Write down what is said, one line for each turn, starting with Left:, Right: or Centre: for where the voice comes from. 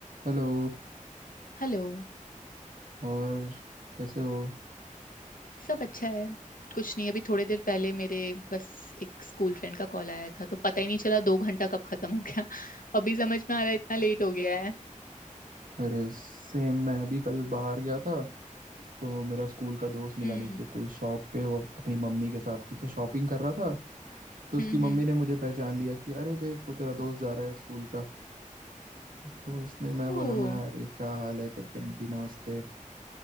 Right: Hello
Left: हेलो
Right: और कैसे हो
Left: सब अच्छा है कुछ नहीं अभी थोड़ी देर पहले मेरे बस एक स्कूल फ्रेंड का कॉल आया था तो पता ही नहीं चला दो घंटा कब खत्म हो गया <laughs> अभी समझ में आ रहा है इतना लेट हो गया है
Right: अरे सेम मैं भी कल बाहर गया था तो मेरा स्कूल का दोस्त मिला
Left: हम्म
Right: नीचे कोई शॉप पे वो अपनी मम्मी के साथ कुछ तो शॉपिंग कर रहा था तो उसकी
Left: हम्म
Right: मम्मी
Left: हम्म
Right: ने मुझे पहचान लिया कि अरे देख वो तेरा दोस्त जा रहा है स्कूल का तो उसने मैं बोला
Left: ओह
Right: मैं अरे क्या हाल है करके आंटी नमस्ते